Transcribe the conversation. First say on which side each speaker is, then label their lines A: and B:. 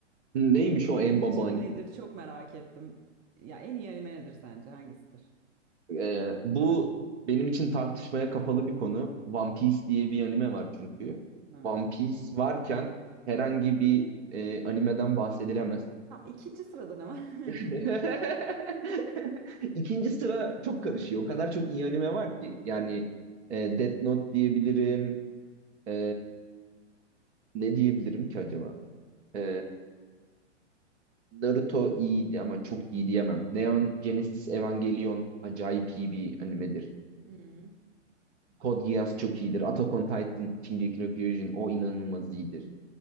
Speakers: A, on the right; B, on the right.
A: Neymiş o en
B: Senin
A: baba
B: için
A: anime?
B: nedir? Çok merak ettim. Ya en iyi anime nedir sence? Hangisidir?
A: Ee, bu benim için tartışmaya kapalı bir konu. One Piece diye bir anime var çünkü.
B: Hmm.
A: One Piece varken herhangi bir e, animeden bahsedilemez.
B: Tamam ikinci sırada ne var? <laughs>
A: <laughs> İkinci sıra çok karışıyor. O kadar çok iyi anime var ki. Yani e, Death Note diyebilirim. E, ne diyebilirim ki acaba? E, Naruto iyiydi ama çok iyi diyemem. Neon Genesis Evangelion acayip iyi bir animedir.
B: Hmm.
A: Code Geass çok iyidir. Attack on Titan, Shingeki no Kyojin o inanılmaz iyidir.